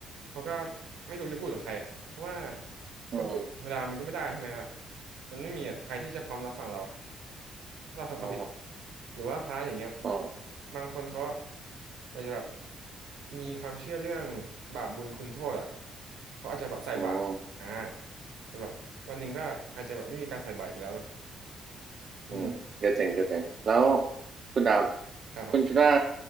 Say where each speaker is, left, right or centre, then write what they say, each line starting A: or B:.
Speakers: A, on the right; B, on the right.
A: เขาก็ไม่รู้จะพูดกับใครอ่ะเพราะว่า
B: อืม
A: พอพูดธรรมดามันก็ไม่ได้ใช่ไหมล่ะมันไม่มีแบบใครที่จะพร้อมรับฟังเราอะถ้าเราทำความผิดอะ
B: อ๋อ
A: หรือว่าพระอย่างเงี้ย
B: อ๋อ
A: บางคนเขาอาจจะแบบมีความเชื่อเรื่องบาปบุญคุณโทษอ่ะเขาอาจจะแบบใส่บาตรอ่า
B: อืม
A: แต่แบบวันหนึ่งก็อาจจะแบบไม่มีการใส่บาตรอีกแล้วเนาะอืม
B: อืมก็เจ๋งก็เจ๋งแล้วคุณดาบ
A: ครับผม
B: คุณคิดว่า